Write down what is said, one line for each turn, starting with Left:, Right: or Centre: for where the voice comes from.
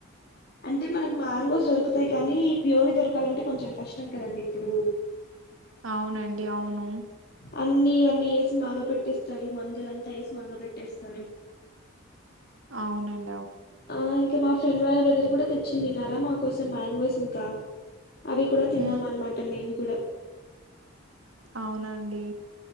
Left: అంటే మనకు మ్యాంగోస్ దొరుకుతాయి కానీ ప్యూర్ దొరకాలంటే కొంచెం కష్టం కదండి ఇప్పుడు ఉ
Right: అవునండి అవును
Left: అన్ని ఇవన్నీ ఎసి మాగబెట్టేస్తారు మందులంతా ఎసి మాగబెట్టేస్తారు
Right: అవునం
Left: ఆ ఇంకా మా ఫ్రెండ్ వాళ్ళ బ్రదర్ కూడా తెచ్చిందిన్నారా మా కోసం మ్యాంగోస్ ఇంకా అవి కూడా తిన్నామన్మాట
Right: హ్మ్.
Left: మేమ్ కూడా
Right: అవున అండి